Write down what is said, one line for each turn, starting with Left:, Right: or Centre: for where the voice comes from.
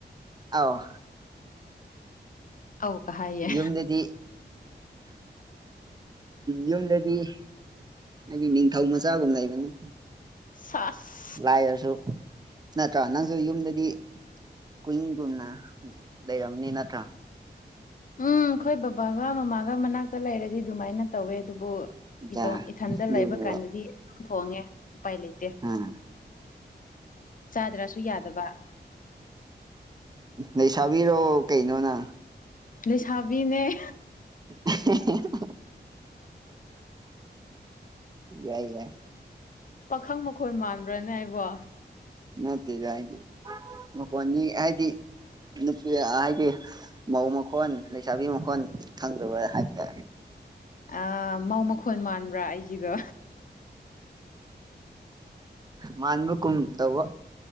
Right: ꯑꯧ꯫
Left: ꯎꯝ ꯑꯧꯀ ꯍꯥꯏꯌꯦ
Right: ꯌꯨꯝꯗꯗꯤ ꯌꯨꯝꯗꯗꯤ ꯅꯪꯒꯤ ꯅꯤꯡꯊꯧ ꯃꯆꯥꯒꯨꯝ ꯂꯩꯕꯅꯤ꯫
Left: ꯁꯥꯁ꯫
Right: ꯂꯥꯏꯔꯁꯨ ꯅꯠꯇꯔ ꯅꯪꯁꯨ ꯌꯨꯝꯗꯗꯤ꯫ ꯀꯨꯋꯏꯤꯡꯒꯨꯝꯅ ꯂꯩꯔꯝꯅꯤ ꯅꯠꯇ꯭ꯔꯣ
Left: ꯎꯝ ꯑꯩꯈꯣꯏ ꯕꯕꯥꯒ ꯃꯃꯥꯒ ꯃꯅꯥꯛꯇ ꯂꯩꯔꯗꯤ ꯑꯗꯨꯃꯥꯏꯅ ꯇꯧꯋꯦ ꯑꯗꯨꯕꯨ
Right: ꯖꯥ
Left: ꯏꯇꯣ ꯏꯊꯟꯇ
Right: ꯑꯗꯨꯅꯦꯕ
Left: ꯂꯩꯕ ꯀꯥꯟꯗꯗꯤ ꯑꯗꯨꯝ ꯊꯣꯡꯉꯦ ꯎꯄꯥꯏ ꯂꯩꯇꯦ
Right: ꯎꯝ꯫
Left: ꯆꯥꯗ꯭ꯔꯥꯁꯨ ꯌꯥꯗꯕ
Right: ꯂꯩꯁꯥꯕꯤꯔꯣ ꯀꯩꯅꯣꯅ
Left: ꯂꯩꯁꯥꯕꯤꯅꯦ
Right: <unintelligible> ꯌꯥꯏ ꯌꯥꯏ꯫
Left: ꯄꯥꯈꯪ ꯃꯈꯣꯏ ꯃꯥꯟꯕ꯭ꯔꯥꯅꯦ ꯍꯥꯏꯕꯣ
Right: ꯅꯠꯇꯖ ꯍꯥꯏꯗꯤ ꯃ ꯐꯅꯤ ꯍꯥꯏꯗꯤ ꯅꯨꯄꯤ ꯍꯥꯏꯗꯤ ꯃꯧ ꯃꯈꯣꯟ ꯂꯩꯁꯥꯕꯤ ꯃꯈꯣꯟ ꯐꯪꯗꯕ ꯍꯥꯏꯇꯥꯔꯦ
Left: ꯑ ꯃꯧ ꯃꯈꯣꯟ ꯃꯥꯟꯕ꯭ꯔꯥ ꯑꯩꯒꯤꯗꯣ
Right: ꯃꯥꯥꯟꯕ ꯀꯃ ꯇꯧꯕ